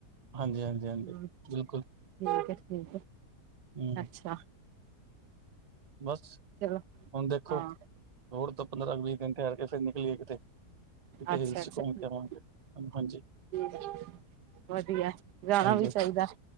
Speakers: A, on the right (about 40°); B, on the right (about 75°).
A: ਹਾਂਜੀ ਹਾਂਜੀ ਹਾਂਜੀ
B: ਹਮ
A: ਬਿਲਕੁਲ।
B: ਠੀਕ ਹੈ ਠੀਕ ਹੈ
A: ਹੂੰ
B: ਅੱਛਾ
A: ਬਸ
B: ਚਲੋ
A: ਹੁਣ ਦੇਖੋ।
B: ਹਾਂ
A: ਹੋਰ ਤਾਂ ਪੰਦਰਾਂ ਵੀਹ ਦਿਨ ਠਹਿਰ ਕੇ ਫੇਰ ਨਿਕਲੀਏ ਕਿਤੇ ਕਿਤੇ
B: ਅੱਛਾ
A: ਹਿਲਸ
B: ਅੱਛਾ
A: ਘੁੰਮ
B: ਠੀਕ
A: ਕੇ ਆਵਾਂਗੇ ਹਾਂਜੀ।
B: ਹੈ ਵਧੀਆ ਜਾਣਾ
A: ਹਾਂਜੀ
B: ਵੀ ਚਾਹੀਦਾ